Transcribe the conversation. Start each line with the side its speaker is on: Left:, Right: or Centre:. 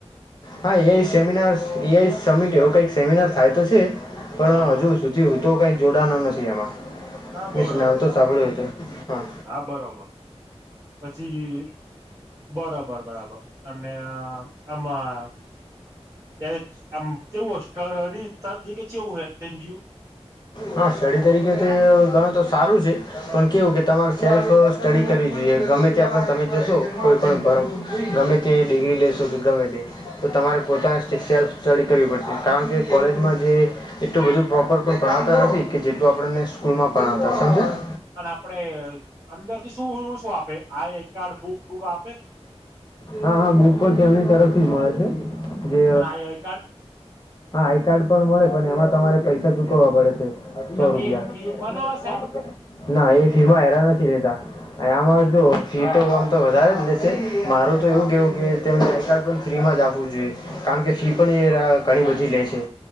Left: હા એઈ સેમિનાર એઆઈ સમિટ એવો કઈક સેમિનાર થાય તો છે પણ
Right: હા
Left: હજુ સુધી હું તો કઈ જોડાનો નથી એમાં
Right: ના બરોબર
Left: મીન્સ નામ
Right: બરોબર
Left: તો સાંભળ્યું હતું હા
Right: ના બરોબર પછી બરોબર બરાબર અને આમાં આમ કેવુંડીવું હુ <unintelligible>
Left: હા સ્ટડી તરીકે તે ગણો તો સારું છે પણ કેવું કે તમારે સેલ્ફ સ્ટડી કરવી જોઈએ કે ગમે ત્યાં પણ તમે જશો કોઈ પણ ભ ગમે તે ડિગ્રી લેશો કે ગમે તે તમારે રે પોતાની સેલફ સ્ટડી કરવી પડશે કારણ કે કોલેજમાં જે એટલું બધું પ્રોપર પણ ભણાવ નથી કે જેટલું આપણને સ્કૂલ માં પણાવતા સમજ્યા
Right: અને આપડે અંદર થી શુંવું શું આપે I I card book book આપ
Left: હા હા બુક પણ તેમની તરફથી મળે છે જે
Right: અને આઈ આઈ કાર્ડ
Left: હા આઈ કાર્ડ પણ મળે પણ એમાં તમારે પૈસા ચુકવવા પડે છે
Right: કેમ
Left: સો રૂપિયા
Right: એ ફી મનાવે સાહેબ
Left: ના એ ફી માં હેરા નથી લેતા આમાં જો ફી તો આમ તો વધારે જ લેશે માર તો એવું કહેવું કે તેમને આઈ કાર્ડ પણ ફ્રીમાં જ આપવું જોઈએ કારણ કે ફી પણ ઘણી બધી લે છે